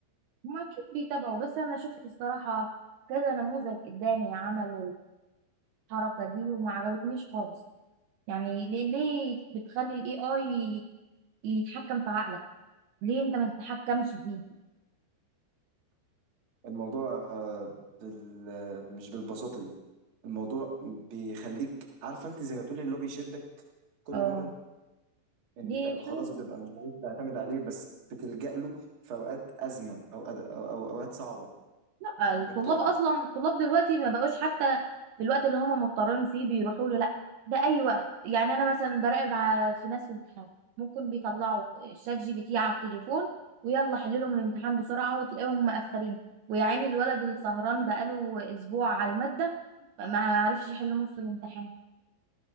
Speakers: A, on the right; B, on the right.
A: ما اكيد بيتابعوا بس انا شفت الصراحه كذا نموذج قدامي عمل الحركه دي وما عجبتنيش خالص يعني ليه, ليه بتخلي الاي اي يتحكم في عقلك ليه انت ما تتحكمش فيه
B: الموضوع آه، بال... مش بالبساطة دي الموضوع بيخليك عارفة انت زي ما تقولي اللي هو بيشدك كل
A: اه
B: مرة انت
A: دي حاجه
B: خلاص بتبقى مش عايز تعتمد عليه بس بتلجأ له في اوقات أزمة او أو أو- اوقات صعبة
A: الطلاب
B: مضطر
A: اصلا الطلاب دلوقتي ما بقوش حتى في الوقت اللي هم مضطرين فيه بيروحوا له لا ده اي وقت يعني انا مثلا براقب ع- في ناس في امتحان ممكن بيطلعوا شات جي بي تي على التليفون ويلا حللهم الامتحان بسرعه وتلاقيهم مقفلين ويا عيني الولد اللي سهران بقاله اسبوع على الماده ما عرفش يحل نص الامتحان